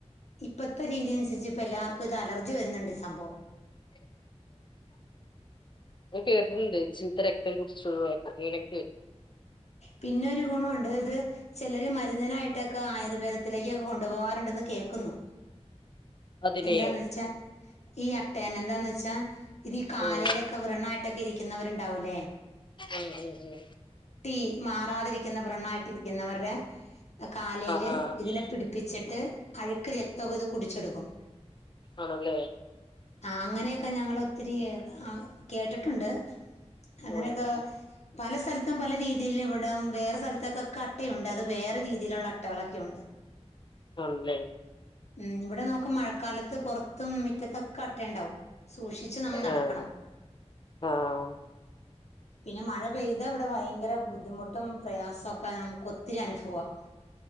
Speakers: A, on the left; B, on the left.
A: ഇപ്പഴത്തെ രീതി അനുസരിച്ച് ഇപ്പ എല്ലാവർക്കും ഇത് അലർജി വരുന്നുണ്ട് സംഭവം
B: <unintelligible> കേട്ടിട്ടുണ്ട് ചീത്ത രക്തത്ത കുറിച്ച് <unintelligible>
A: പിന്നെരു ഗുണുണ്ട് ഇത് ചിലർ മരുന്നിനായിട്ടൊക്കെ ആയുർവേദത്തിലേക്കൊക്കെ കൊണ്ടുപോവാാറുണ്ടന്ന് കേക്കുന്നു
B: അതിനെയോ
A: എന്താന്ന് വെച്ചാ ഈ അട്ടയന എന്താന്ന് വെച്ചാ ഇത് ഈ കാലേലൊക്കെ
B: ആഹ്
A: വൃണായിട്ടൊക്കെ ഇരിക്കുന്നവരുണ്ടാവില്ലേ ലെ
B: ഉം ഉം ഉം
A: ഈ മാറാതിരിക്കുന്ന വൃണായിട്ടിരിക്കുന്നവരുടെ കാലേല്
B: ആഹ് ആഹ്
A: ഇതിനെ പിടിപ്പിച്ചിട്ട് അഴുക്ക് രക്തൊക്കെ ഇത് കുടിച്ചെടുക്കും
B: ആണല്ലേ
A: അ നൊക്കെ ഞങ്ങള ഒത്തിരി കേട്ടിട്ടുണ്ട് അങ്ങനെയൊക്കെ
B: ഉം ഉം.
A: പല സ്ഥലത്തും പല രീതി തിൽ ഇവിടം വേറെ സ്ഥലത്തൊക്ക ഒക്കെ അട്ടയുണ്ട് അത് വേറെ രീതിയിലുള്ള അട്ടകളൊക്കെ ഉണ്ട്
B: ആണല്ലേ
A: ഉം ഇവിടെ നോക്ക മഴക്കാലത്ത് പുറത്തും മിറ്റത്തൊക്കെ അട്ട ഉണ്ടാവും സൂക്ഷിച്ച് നമ്മൾ നടക്കണം
B: ആഹ് ആഹ്
A: പിന്നെ മഴ പെയ്താ ഇവിടെ ഭയങ്കര ബുദ്ധിമുട്ടും പ്രയാസമൊക്കെ നമുക്ക് ഒത്തിരി അനുഭവം